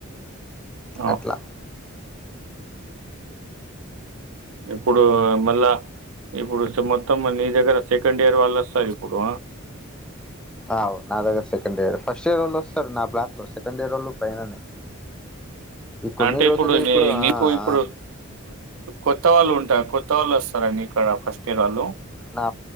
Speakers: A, on the right; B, in the centre.
A: అవునా
B: అట్లా
A: ఇప్పుడు మళ్ళా ఇప్పుడు మొత్తం నీ దగ్గర సెకండ్ ఇయర్ వాళ్ళు వస్తారు ఇప్పుడు
B: ఆవ్ నా దగ్గర సెకండ్ ఇయర్ ఫస్ట్ ఇయర్ వాళ్ళు వస్తారు నా బ్లాక్ లో సెకండ్ ఇయర్ వాళ్ళు పైననే ఈ కొన్ని
A: అంటే
B: రోజులు
A: ఇప్పుడు నీ
B: ఆ
A: నీకు ఇప్పుడు
B: ఆ
A: కొత్త వాళ్ళు ఉంటా కొత్త వాళ్ళు వస్తారా నీకు ఇక్కడ ఫస్ట్ ఇయర్ వాళ్ళు
B: నా